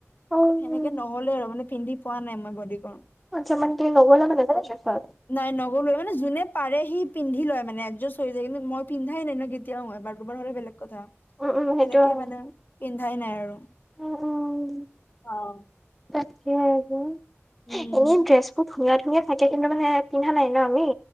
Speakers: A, in the centre; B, on the left.
A: উম,
B: সেনেকে নহ'লে আৰু পিন্ধি পোৱা নাই মই বডিকৰ্ণ
A: আচ্ছা মানে কি তুমি নগলা মানে <unintelligible>
B: নাই নগলো মানে যোনে পাৰে সি পিন্ধি লয় মানে এজষ্ট হৈ যায় কিন্তু মই পিন্ধাই ন কেতিয়াও এতিও ময় বাৰ দুবাৰ হ'লে বেলেগ কথা।
A: উম, উম,
B: সেনেকেই
A: সেইটো হয়।
B: মানে পিন্ধাই নাই আৰু
A: উম, উম।
B: অ'।
A: তাকে এনে
B: উম
A: ড্ৰেছ খুব ধুনীয়া, ধুনীয়া থাকে কিন্তু মানে পিন্ধা নাই ন আমি।